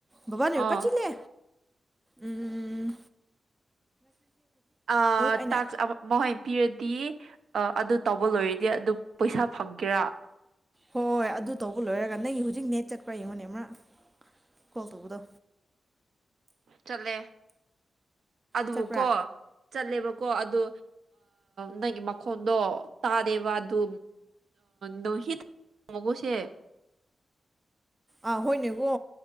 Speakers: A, on the right; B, on the right.
A: ꯕꯕꯥꯅꯦ
B: ꯑꯥ
A: ꯄꯖꯤꯜꯂꯦ ꯎꯝ
B: ꯑ
A: ꯑꯩꯅ
B: ꯇꯥꯛꯁ ꯃꯣꯏ ꯄꯤꯔꯗꯤ ꯑ ꯑꯗꯨ ꯇꯧꯕ ꯂꯣꯏꯔꯗꯤ ꯑꯗꯨꯝ ꯄꯩꯁꯥ ꯐꯪꯒꯦꯔꯥ
A: ꯍꯣꯏ ꯍꯣꯏ ꯑꯗꯨ ꯇꯧꯕ ꯂꯣꯏꯔꯒ ꯅꯪꯒꯤ ꯍꯧꯖꯤꯛ ꯅꯦꯠ ꯆꯠꯄ꯭ꯔ ꯑꯩꯉꯣꯟꯅꯦ ꯑꯃ ꯀꯣꯜ ꯇꯧꯕꯗꯣ
B: ꯆꯠꯂꯦ ꯑꯗꯨꯕꯨꯀꯣ
A: ꯆꯠꯄ꯭ꯔꯥ
B: ꯆꯠꯂꯦꯕ ꯀꯣ ꯑꯗꯨ ꯅꯪꯒꯤ ꯃꯈꯣꯟꯗꯣ ꯇꯥꯗꯦꯕ ꯑꯗꯨ ꯅꯣꯡꯍꯤꯠꯃꯣꯒꯣꯁꯦ
A: ꯑꯥ ꯍꯣꯏꯅꯦꯀꯣ